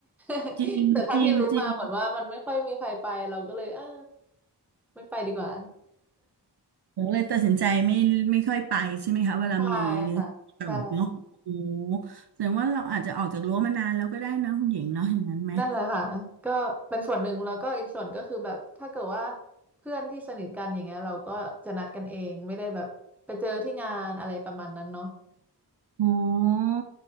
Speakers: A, in the centre; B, on the right.
A: <laughs>
B: จริงจริงจริง
A: แต่เท่าที่รู้มาเหมือนว่ามันไม่ค่อยมีใครไปเราก็เลยเออไม่ไปดีกว่า
B: เดี๋ยวเลยตัดสินใจไม่ไม่ค่อยไปใช่ไหมคะเวลามีเรื่องโกยวกัธเนาะโอ้โห
A: <laughs> ใช่ค่ะใช่
B: แสดงว่าเราอาจจะออกจากรั้วมานานแล้วก็ได้นะคุณหญิงเนาะอย่างนั้นไหม
A: นั่นแหละค่ะก็เป็นส่วนหนึ่งแล้วก็อีกส่วนก็คือแบบถ้าเกิดว่าเพื่อนที่สนิทกันอย่างเงี้ยเราก็จะนัดกันเองไม่ได้แบบไปเจอที่งานอะไรประมาณนั้นเนาะ
B: โอ๋อ